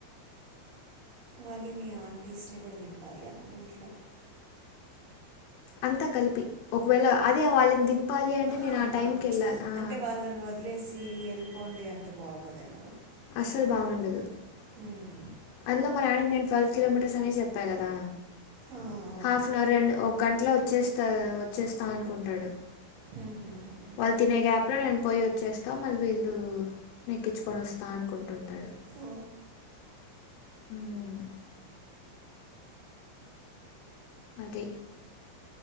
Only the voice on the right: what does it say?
మళ్ళీ మీ ఆంటీస్ని కూడా దింపాలిగా నువ్వు ఇంట్లో
ఆహా
ఆహా
అంటే వాళ్ళని వదిలేసి వెళ్ళిపోండి అంటే బాగోదేమొ
హ్మ్
ఆ, అవును
హ్మ్, హ్మ్, హ్మ్, హ్మ్.
సో